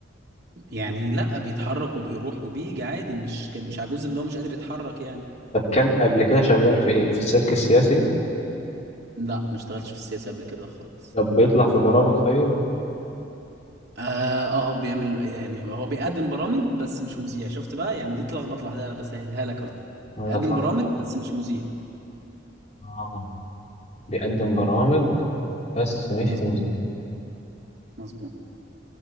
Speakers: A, on the right; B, on the left.
A: يعني لا بيتحرك وبيروح وبيجي عادي مش كان مش عجوز اللي هو مش قادر يتحرك يعني
B: طب كان قبل كده شغال في ايه في السلك السياسي
A: لا ما اشتغلتش في السياسه قبل كده خالص
B: طب بيطلع في برامج طيب
A: اه آه، بيعمل يعني هو بيقدم برامج بس مش مذيع شفت بقى يعني دي تلخبط لوحدها انا بسهلها لك اهو
B: اطلع
A: يقدم برامج بس مش مذيع
B: اه بيقدم برامج بس مش
A: مظبوط
B: مذيع
A: مظبوط